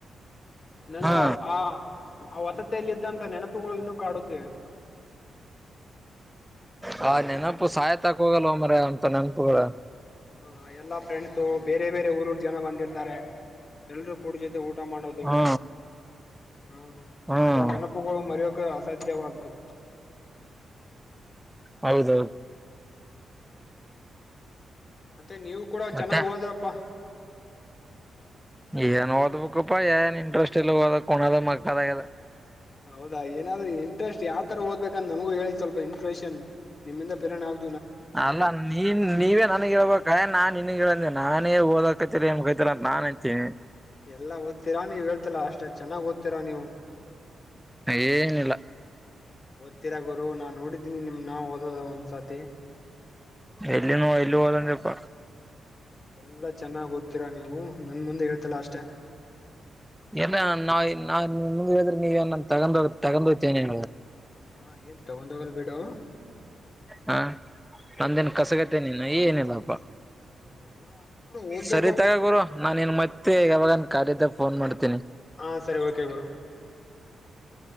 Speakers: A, on the left; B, in the centre.
A: ನನಗೂ
B: ಹಾ
A: ಆ ಆ ವಸತಿಯಲ್ಲಿದ್ದಂತ ನೆನಪುಗಳು ಇನ್ನು ಕಾಡುತ್ತೆ
B: ಹಾ ನೆನ ಪ್ಪು ಸಾಯತಕ ಹೋಗಲ್ವ ಮರಯ ಅಂತ ನೆನಪುಗಳು.
A: ಹಾ ಎಲ್ಲಾ ಫ್ರೆಂಡ್ಸು ಬೇರೆ ಬೇರೆ ಊರ್ರ್ ಜನ ಬಂದಿ ದಾರೆ ಎಲ್ರೂ ಕೂಡ ಜೊತೆ ಊಟ ಮಾಡೋದು
B: ಹಾ
A: ಹ
B: ಹ್ಮ್
A: ಅಂತ ನೆನಪುಗಳು ಮರೆಯೋ. ಮರೆಯೋಕೆ ಅಸಾಧ್ಯವಾದ್ದು.
B: ಹೌದೌದು
A: ಮತ್ತೆ ನೀವು ಕೂಡ
B: ಮತ್ತೆ
A: ಚೆನ್ನಾಗ್ ಹೋದಪ್ಪಾ.
B: ಏನ್ ಓದ್ಬೇಕಪ್ಪಾ ಏನ್ ಇಂಟ್ರೆಸ್ಟ್ ಇಲ್ಲ ಹದ ಹುಣದ ಮಕೊಳದ
A: ಹೌದಾ ಏನಾದ್ರೂ ಇಂಟ್ರೆಸ್ಟ್ ಯಾವ ತರ ಓದ್ಬೇಕಂದಂತ ನಮಗೂ ಹೇಳಿ ಸ್ವಲ್ಪ ಇನ್ಫ್ರೇಷನ್ ನಿಮ್ಮಿಂದ ಪ್ರೇರಣ ಆಗ್
B: ಅಲ್ಲ ನೀನ್ ನೀವೇ ನನ್ಗ ಹೇಬೇಕೆ ನಾನ್. ನಂದೆ ನಾನೇ ಓದಕೈತರಿ ಏ ಕೈತರ ಅ ನಾನ್ ಅತ್ತಿ.
A: ಎಲ್ಲ ಓದ್ತೀರಾ ನೀವ್ ಹೇಳ್ತಲ್ಲಾ ಅಷ್ಟೆ ಚೆನ್ನಾಗ್ ಓದ್ತೀರಾ ನೀವು.
B: ಏನಿಲ್ಲ
A: ಹತ್ತೀರ ಗುರು ನಾ ನೋಡಿದ್ದೀನಿ ನಿಮ್ ನಾ ಓದದ ಒಂದ್ಸತಿ.
B: ಎಲ್ಲಿ ನೋ ಎಲ್ಲಿ ಹೋದೆ ನಪ್ಪ.
A: ಎಲ್ಲಾ ಚೆನ್ನಾಗ್ ಓದ್ತೀರಾ ನೀವು ನನ್ ಮುಂದೆ ಹೇಳ್ತಲ್ಲ ಅಷ್ಟೆ.
B: ಏನ್ ನಾ ಮುಂದ ಹೇಳದ್ರೆ ನೀವನ್ ತಗ ತಗೊಂಡ ಹೋಗ್ತೇನ
A: ಹಾ ಏನ್ ತಗೊಂಡೋಗಲ್ ಬಿಡು
B: ಹಾ
A: ಹ್ಮ
B: ನಂದನ್ ಕಸಗತನಿನ ಏನಿಲ್ಲಾಪ್ಪಾ
A: ಹ ಎಲ್ಲ ಅದ್ ಕೂಡ ಓದ್ಬೇಕು
B: ಸರಿ ತಗ ಗುರು ನಾನ ನ್ ಮತ್ತೆ ಯಾವಾಗನ್ ಕದ. ಫೋನ್ ಮಾಡ್ತನಿ
A: ಹಾ ಸರಿ ಓಕೆ ಗರು